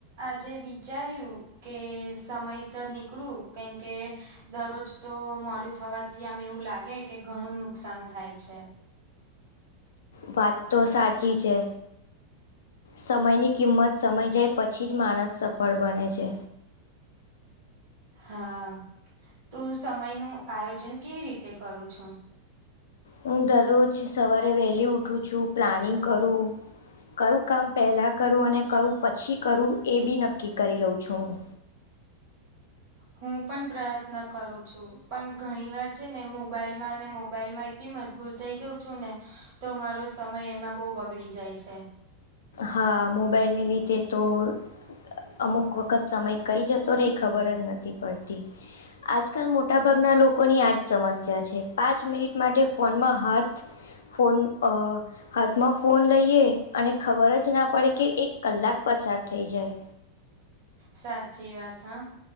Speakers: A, on the right; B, on the left.
A: આજે વિચાર્યું કે સમયસર નીકળું કેમકે- - દરરોજ તો મોડું થવાથી આમ એવું લાગે કે ઘણું નુકસાન થાય છે.
B: વાત તો સાચી છે. સમયની કિંમત સમય જાય પછી જ માણસ સફળ બને છે.
A: હા તું સમય નું આયોજન કેવી રીતે કરું છે?
B: હું દરરોજ સવારે વહેલી ઉઠું છું પ્લાનિંગ કરું- - કયું કામ પહેલાં કરું અને કયું પછી કરું એ બી નક્કી કરી લઉં છું હું.
A: હું પણ પ્રયત્ન કરું છું પણ ઘણી વાર છે ને મોબાઈલ માં અને મોબાઈલ માં એટલી મજગૂલ- - થઈ જઉં છું ને તો મારો સમય એમાં બહુ બગડી જાય છે.
B: હા મોબાઈલને લીધે તો- - અમુક વખત સમય કઈ જતો રે ખબર જ નથી પડતી- - આજકાલ મોટાભાગના લોકોની આજ- - સમસ્યા છે પાંચ મિનિટ માટે ફોનમાં હાથ- - ફોન અ હાથમાં ફોન લઈએ અને- - ખબર જ ના પડે કે એક કલાક પસાર થઈ જાય.
A: સાચી વાત હા.